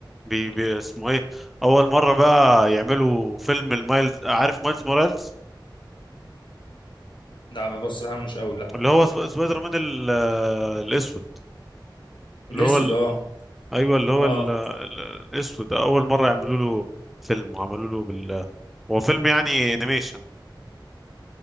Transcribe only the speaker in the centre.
بي بي اسمه ايه اول مره بقى يعملوا فيلم المايلز عارف مايلز مورالز
اللي هو سب- سبايدر مان ال- الاسود
اللي هو ال...
ايوه اللي هو
ال... ال- الاسود ده، اول مره يعملوا له فيلم وعملوا له بال هو فيلم يعني انيميشن